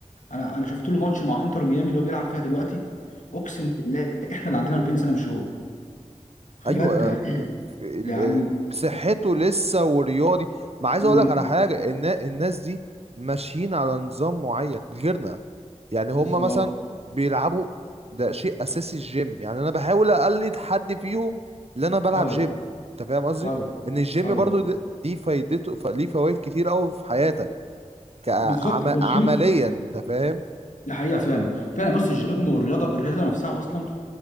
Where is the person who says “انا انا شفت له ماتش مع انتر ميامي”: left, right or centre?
Left